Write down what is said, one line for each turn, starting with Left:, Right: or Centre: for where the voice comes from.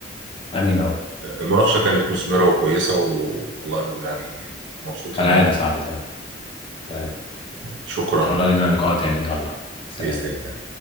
Left: آمين يا رب
Right: المناقشة كانت مثمرة وكويسة والله ويعني مبسوط
Left: كالعادة
Right: إن أنا
Left: يا صاحبي تمام كالعادة
Right: شكرا
Left: إن شاء الله لينا لقاء تاني يلا سلام
Right: بإذن الله